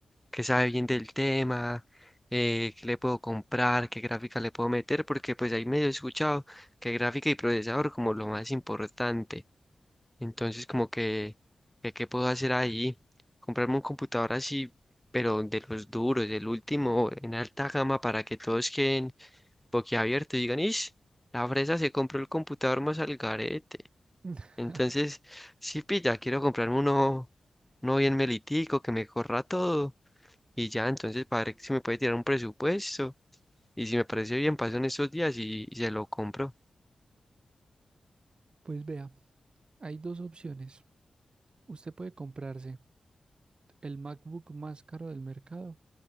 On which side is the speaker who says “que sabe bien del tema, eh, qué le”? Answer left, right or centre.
Centre